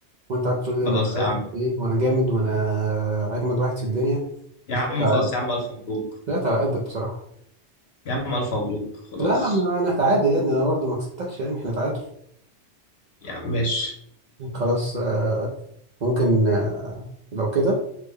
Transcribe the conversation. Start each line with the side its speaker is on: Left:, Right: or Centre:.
Right: وأنت قاعد تقول لي أنا
Left: خلاص
Right: مش عارف
Left: يا عم
Right: إيه وأنا جامد وأنا أجمد واحد في الدنيا
Left: يا
Right: ما
Left: عم
Right: طلعت على
Left: خلاص
Right: قدك
Left: يا عم الف مبروك
Right: طلعت على قدك بصراحة
Left: يا عم الف مبروك خلاص
Right: لا لا ما أنا هتعادل يعني أنا برضه ما كسبتكش يعني إحنا تعادل
Left: يا عم ماشي
Right: خلاص آه، ممكن آه، لو كده